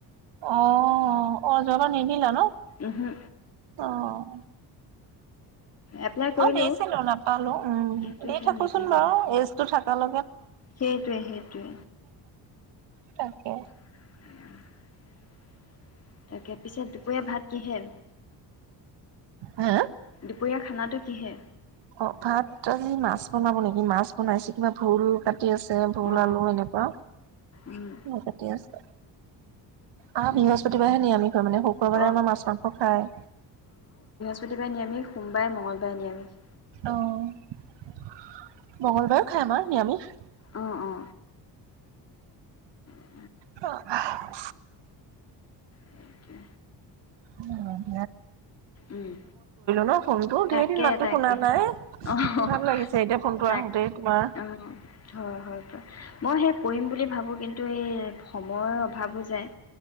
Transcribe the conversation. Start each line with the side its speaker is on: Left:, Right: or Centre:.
Right: অঁ অঁ যাবা নিদিলা ন
Left: উহো
Right: অ'
Left: এপ্লাই
Right: ম
Left: কৰিলোঁ
Right: দিছিলো নাপালো উম,
Left: কিন্তু
Right: দি
Left: সেই
Right: থাকোচোন
Left: নিদিলোঁ
Right: বাৰু এইজো থাক কাল
Left: সেইটোৱে সেইটোৱে
Right: তাকে
Left: এ তাকে পিছে দুপৰীয়া ভাত কিহে
Right: হা
Left: দুপৰীয়া খানাটো কিহে
Right: অ ভাত আজি মাছ বনাব নেকি মাছ বনাইছে কিবা ভুল কাটি কাট আছে বল
Left: অ
Right: আলু এনেকুৱা
Left: উম
Right: কতি আছে আহ,
Left: উম
Right: বৃহস্পতিবাৰে হে নি আমি ঘ মানে শুক্ৰবাৰে
Left: অ
Right: আমাৰ মাছ মাংস খায়।
Left: সসতিাৰ নিৰামিষ সোমবাৰে মঙলবাৰে নিয়মিষ।
Right: আহ মং্গলবাৰেো খাই আমাৰ নিৰামিষ
Left: অ', অ'। উম
Right: অ'।
Left: তকে
Right: উম
Left: উম,
Right: ন ফোনটো
Left: তাকে
Right: ধেৰ দিন মাতটো
Left: তাকে
Right: শুনা নাই
Left: অ',
Right: ভাল লাগিছে এতিয়া ফোনটো
Left: তাক
Right: আহোতেই তোমাৰ
Left: অ', হয়, হয়, মই সেই কৰিম বুলি ভাবো কিন্তু এই সময়ৰ অভাৱো যায়